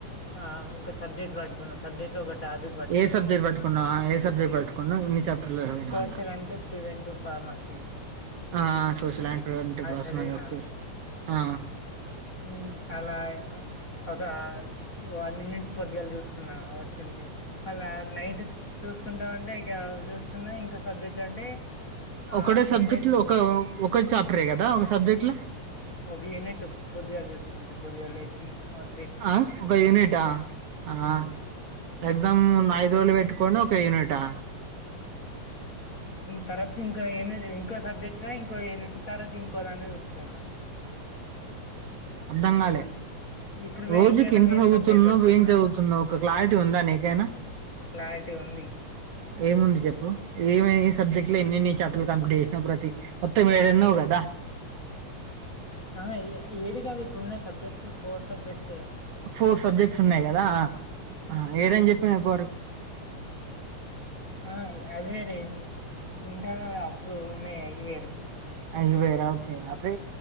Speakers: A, on the left; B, on the right.
A: ఆ ఒక సబ్జెక్ట్ పట్టుకున్నా సబ్జెక్ట్ ఒకటి టాపిక్ పట్టుకున్నా
B: ఏ సబ్జెక్ట్ పట్టుకున్నావు ఏ సబ్జెక్ట్ పట్టుకున్నావు ఇన్ని చాప్టర్లు చదివినావు
A: social
B: అందుల
A: and preventive pharmacy
B: ఆ సోషల్ అండ్ ప్రివెంటివ్ ప్రాస్మసి
A: చదివిన
B: ఓకే ఆ
A: అండ్ అలా ఓ ఒక వన్ యూనిట్ పొద్దుగాల చూసుకున్నా వచ్చింది మళ్ళ నైట్ చూసు చూసుకుంటా ఉంటే ఇగా చూసుకున్నా ఇంకో సబ్జెక్ట్ అంటే ఆహ్,
B: ఒకటే సబ్జెక్ట్ లో
A: బుక్స్
B: ఒక ఒక చాప్టరే కదా ఒక సబ్జెక్ట్ ల
A: ఒక యూనిట్టు పొద్దుగాల చూసుకుంది పొద్దుగాల లేసి ఆహ్,
B: ఆ ఒక యూనిటా ఆ
A: హ్మ్.
B: ఎగ్జామ్ ఐదు రోజులు పెట్టుకోని ఒక యూనిటా
A: తర్వాత ఇంకో యూనిట్ ఇంకో సబ్జెక్ట్ ల ఇంకో యూనిట్ తర్వాత ఇంకో దాన్లో చూసుకున్నా
B: అర్ధంగాలే
A: ఇప్పుడు వే
B: రోజుకి
A: ఇయాల
B: ఎంత
A: వేరే
B: చదువుతున్నవు
A: సబ్జెక్ట్ పట్టుకున్నా.
B: ఏం చదువుతున్నవు ఒక క్లారిటీ ఉందా నీకైనా
A: క్లారిటీ ఉంది.
B: ఏముంది చెప్పు ఏమై సబ్జెక్ట్ లో ఎన్నేన్ని చాప్టర్ లు కంప్లీట్ చేసినవు ప్రతి మొత్తం ఏడన్నావ్ కదా
A: ఆ ఏ ఏడు కాదు ఇప్పుడున్న subjects four subjects
B: four subjects ఉన్నాయి కదా ఆ ఏడని చెప్ ఎవ్వరు
A: ఆ అది వేరే ఇంటర్నల్ అప్పుడు ఉన్నాయి అవి వేరు
B: అయి వేరా ఓకే అవే